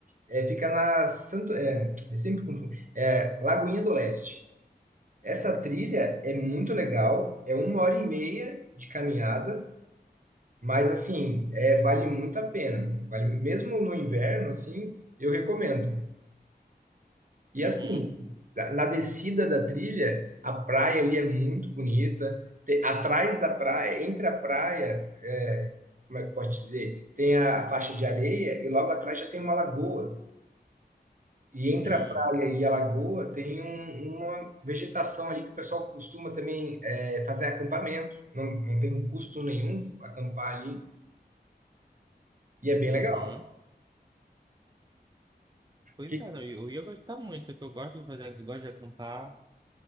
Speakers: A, on the right; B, on the right.
A: É, fica na Santo, é, eu sempre confundo, é, Lagoinha do Leste. Essa trilha é muito legal, é uma hora e meia de caminhada, mas assim, é, vale muito a pena. Vale, mesmo no inverno, assim, eu recomendo. E
B: Uhum.
A: assim, na na descida da trilha, a praia ali é muito bonita. Te- atrás da praia, entre a praia, é, como é que eu posso dizer, tem a faixa de areia e logo atrás já tem uma lagoa. E entre
B: Uhum.
A: a praia e a lagoa tem um- uma vegetação ali que o pessoal costuma também é, fazer acampamento. Não, não tem custo nenhum acampar ali. E é bem
B: Aham.
A: legal.
B: Pois
A: Que,
B: é,
A: se
B: não, eu, eu ia gostar muito, que eu gosto de fazer, eu gosto de acampar.